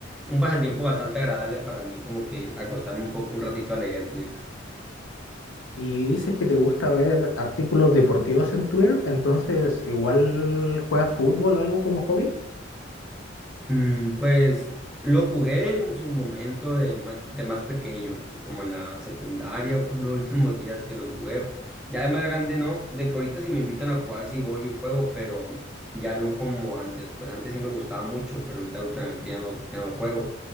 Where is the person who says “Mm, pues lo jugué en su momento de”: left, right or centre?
Centre